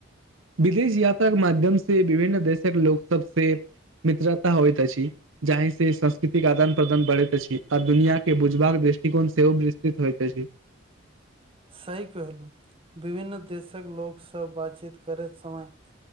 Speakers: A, on the right; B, on the right.
A: विदेश यात्रा केँ माध्यम से विभिन्न देश कऽ लोक सब से मित्रता होइत अछि। जाहि से संस्कृतिक आदान प्रदान बढ़ैत अछि आ दुनिया केँ बुझबाक दृष्टिकोण सेहो विस्तृत होइत अछि।
B: सही कहलहु विभिन्न देशक लोक सभ बातचीत करैत समय।